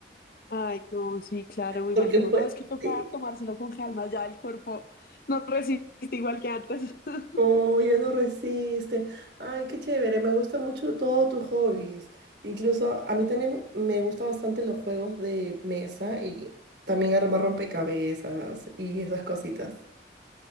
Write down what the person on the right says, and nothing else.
Porque
fue,
sí,
no, ya no resiste. Ay, qué chévere, me gustan mucho todos tus hobbies. Incluso a mí también me gustan bastante los juegos de mesa y también armar rompecabezas y esas cositas.